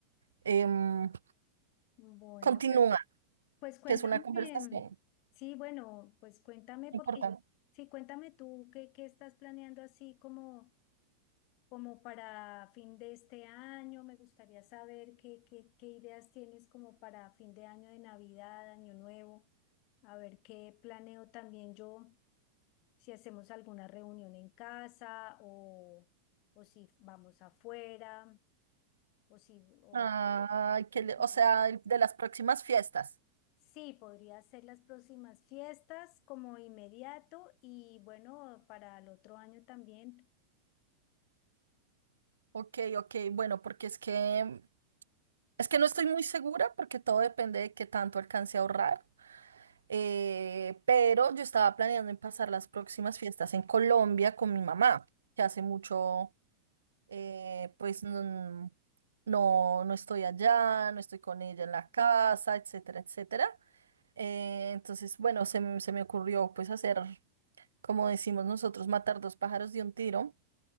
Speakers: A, on the right (about 70°); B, on the left (about 45°).
A: Em,
B: Bueno,
A: continúa,
B: pues Pues cuéntame,
A: que es una conversación
B: sí, bueno, pues cuéntame porque,
A: importante.
B: sí, cuéntame tú qué, qué estás planeando así como, como para fin de este año. Me gustaría saber qué, qué, qué ideas tienes como para fin de año de Navidad, Año Nuevo. A ver qué planeo también yo, si hacemos alguna reunión en casa o, o si vamos afuera o si, o,
A: Ay, que
B: y
A: le-
B: como-
A: o sea, el- de las próximas fiestas.
B: Sí, podría ser las próximas fiestas como inmediato y bueno, para el otro año también.
A: Ok, ok, bueno, porque es que es que no estoy muy segura porque todo depende de qué tanto alcance a ahorrar. Eh, pero yo estaba planeando en pasar las próximas fiestas en Colombia con mi mamá, que hace mucho, eh, pues no, no, no estoy allá, no estoy con ella en la casa, etcétera, etcétera. Eh, entonces, bueno, se, me- se me ocurrió pues hacer, como decimos nosotros, matar dos pájaros de un tiro,